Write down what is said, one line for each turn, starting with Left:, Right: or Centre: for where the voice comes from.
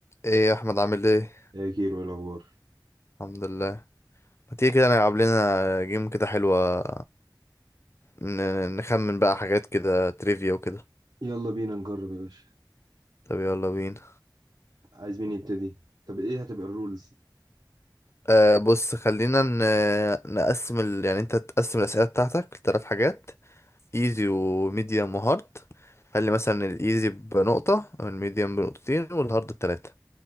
Left: ايه يا احمد عامل ايه
Right: يا كيرو ايه الاخبار
Left: الحمد لله ما تيجي كده نلعب لنا جيم كده حلوة ن- نخمن بقى حاجات كده تريفيا وكده
Right: يلا بينا نجرب يا باشا
Left: طب يلا بينا
Right: عايز مين يبتدي طب ايه هتبقى الرولز
Left: آه بص خلينا ن- نقسم ال... يعني انت تقسم الأسئلة بتاعتك لثلاث حاجات ايزي وميديوم وهارد خلي مثلا الايزي بنقطة والميديوم بنقطتين والهارد بتلاتة